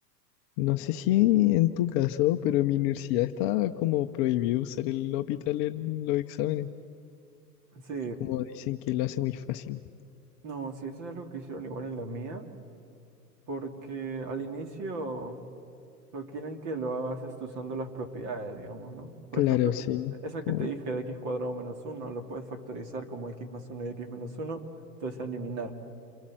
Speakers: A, on the left; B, on the right.
A: no sé si en tu caso, pero en mi universidad está como prohibido usar el hospital en los exámenes.
B: Sí,
A: Como dicen que lo hace muy fácil.
B: no, sí, eso es algo que hicieron igual en la mía. Porque al inicio lo quieren que lo hagas esto usando las propiedades, digamos, ¿no? Por
A: Claro,
B: ejemplo, esa
A: sí.
B: que esa
A: Como,
B: que te dije de x cuadrado menos uno lo puedes factorizar como x más uno y x menos uno, entonces eliminar.